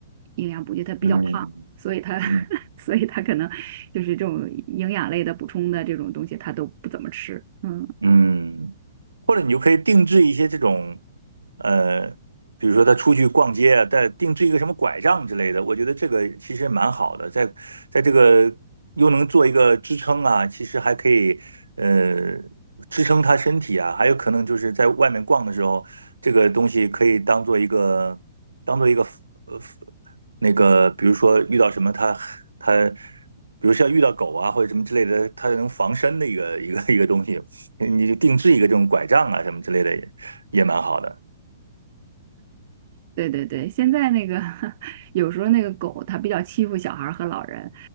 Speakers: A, on the right; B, on the right.
A: 营养补剂，他比较胖。
B: 嗯
A: 所以他，<laughs>
B: 嗯
A: 所以他可能就是这种营养类的补充的这种东西，他都不怎么吃。嗯。
B: 嗯，或者你就可以定制一些这种，呃，比如说他出去逛街啊，带定制一个什么拐杖之类的，我觉得这个其实蛮好的，在在这个又能做一个支撑啊，其实还可以呃支撑他身体啊，还有可能就是在外面逛的时候，这个东西可以当做一个当做一个呃那个，比如说遇到什么他他，比如像遇到狗啊或者什么之类的，它能防身的一个一个一个东西。你就定制一个这种拐杖啊什么之类的也也蛮好的。
A: 对对对，现在那个 <laughs> 有时候那个狗它比较欺负小孩儿和老人，